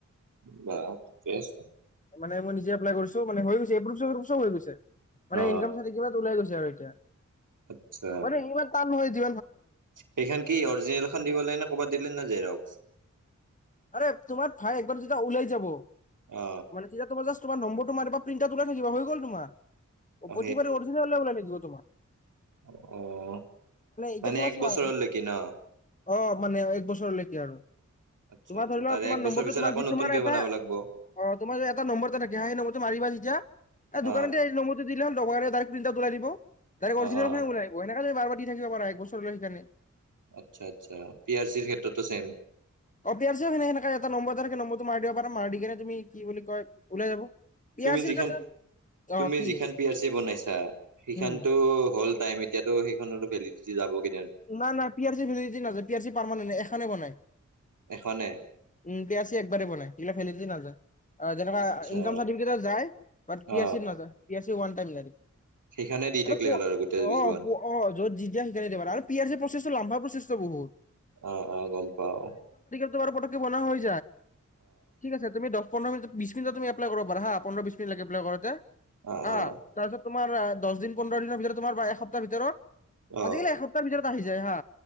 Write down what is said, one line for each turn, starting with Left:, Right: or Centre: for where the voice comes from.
Right: <unintelligible> ঠিকে আছে
Left: মানে মই নিজে এপ্লাই কৰিছো, মানে হৈ গৈছে এপ্ৰোভ এপ্ৰোভ চব হৈ গৈছে, মানে
Right: অ
Left: ইনকাম চাৰ্টিফিকেট ওলাই গৈছে আৰু। <unintelligible>
Right: আচ্ছা
Left: মানে ইমান টান নহয় যি
Right: সেইখন কি অৰিজিনেলখন দিব লাগেনে ক'ৰবাত দিলে না জেৰক্স?
Left: আৰে তোমাৰ ভাই একবাৰ যেতিয়া ওলাই যাব,
Right: অ
Left: মানে তেতিয়া তোমাৰ জাছ তোমাৰ নম্বৰটো মাৰিবা প্ৰিন্ট আউট ওলাই থাকিব হৈ গ'ল তোমাৰ।
Right: অ
Left: প্ৰতিবাৰে অৰিজিনেল ওলাই থাকিব তোমাৰ।
Right: আহ,
Left: এতিয়া
Right: মানে
Left: তোমাৰ
Right: এক
Left: চোৱা
Right: বছৰলৈকি ন?
Left: অ', মানে এক বছৰলৈকে আৰু,
Right: আচ্ছা
Left: তোমাৰ
Right: আচ্ছা
Left: ধৰি লওক
Right: তাৰে
Left: তোমাৰ
Right: এক বছৰ
Left: নম্বৰটো
Right: পিছত আকৌ নতুনকে
Left: তোমাৰ এটা
Right: বনাব লাগব
Left: অ', তোমাৰ যে এটা নম্বৰ যে থাকে, সেই নম্বৰটো মাৰিবা যেতিয়া
Right: অ
Left: দোকানতে এই নম্বৰটো দিলে হ <unintelligible> ডাইৰেক্ট প্ৰিণ্ট আউট ওলাই দিব, ডাইৰেক্ট
Right: অ
Left: অৰিজনেল
Right: অ
Left: খন ওলাই দিব, এনেকা তুমি বাৰে বাৰে দি থাকিব পাৰা একবছৰ। <unintelligible>
Right: আচ্ছা আচ্ছা, পি আৰ চিৰ ক্ষেত্ৰতো ছেম।
Left: অ' পি আৰ চি তেনে এটা নম্বৰ এটা নম্বৰ। <unintelligible> তুমি কি বুলি কয় ওলাই যাব, <unintelligible>
Right: তুমি যিখন তুমি
Left: কি
Right: যিখন পিয়াৰ চি বনাইছা, সিখানতো
Left: উম।
Right: হ'ল টাইম। এতিয়াতো, সেইখনৰো ভেলিডিটি যাবগে।
Left: ইমান আৰ P R C <unintelligible> P R C permanent এখান বনাই।
Right: এখনে।
Left: উম, পি আৰ চি একবাৰেেই বনাই, ইয়াৰ ভেলিদিটি নাযায়। অ', যেনেকে
Right: আচ্ছা
Left: ইনকাম চাৰ্টিফিকেটৰ যায়, বাট
Right: অ
Left: পি আৰ চিৰ নাযায়, P R C one time <unintelligible>
Right: সেইখনে দি থাকিলে
Left: প
Right: হ'ল আৰু গোটেই
Left: অ
Right: জীৱন
Left: প অ য'ত যিতিং কেনে দিবাৰ আৰু পি আৰ চি লম্ভা প্ৰচেছটো বহুত।
Right: অ', অ গম পাওঁ।
Left: াৰ ব হৈ য পন্ধ বিশ মত এপাই কৰাৰ হা <unintelligible> পোন্ধৰ বিশ মিনিট লাগে বোলে ঘৰতে
Right: অ
Left: হ
Right: অ
Left: তাৰপিছত। তোমাৰ দহ দিন পোন্ধৰ দিনৰ ভিতৰত তোমাৰ বা এসপ্তাহ ভিতৰত
Right: অ
Left: আজিকালি এসপ্তাহ ভিতৰত আহি যায় হা